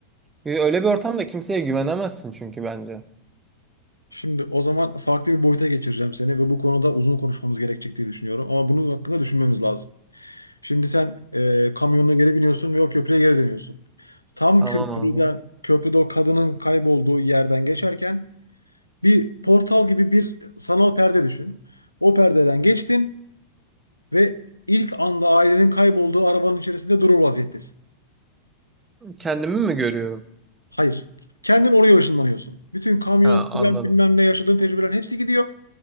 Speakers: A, on the right (about 15°); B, on the left (about 85°).
A: Ee, Öyle bir ortamda kimseye güvenemezsin çünkü bence.
B: Şimdi o zaman farklı bir boyuta geçireceğim seni ve bu konuda uzun konuşmamız gerekecek diye düşünüyorum. Ama bunun hakkında düşünmemiz lazım. Şimdi sen e, kamyonuna geri biniyorsun ve o köprüye geri dönüyorsun. Tam
A: Tamam
B: köprüden,
A: abi.
B: köprüde o kadının kaybolduğu yerden geçerken bir portal gibi bir sanal perde düşün. O perdeden geçtin ve ilk anda ailenin kaybolduğu arabanın içerisinde durur vaziyettesin.
A: Kendimi mi görüyorum?
B: Hayır. Kendin oraya ışınlanıyorsun. Bütün kamyon,
A: Ha
B: silah
A: anladım.
B: bilmem ne yaşadığın tecrübelerin hepsi gidiyor.